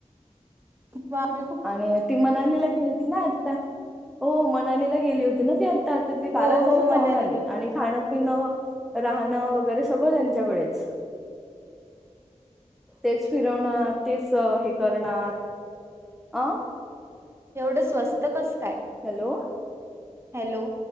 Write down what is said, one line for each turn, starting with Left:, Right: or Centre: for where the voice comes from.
Right: महादग
Centre: आणि ती मनालीला गेली होती ना आता हो मनालीला गेली होती ना ती आत तर ती
Right: हो
Centre: बारा हजारच
Right: हो
Centre: जाऊन
Right: मनालीला
Centre: आली आणि खाणं पिणं राहणं वगैरे सगळं त्यांच्याकडेच तेच फिरवणार तेच हे करणार. आ?
Right: ते एवढं स्वस्त कस काय?
Centre: हॅलो
Right: हॅलो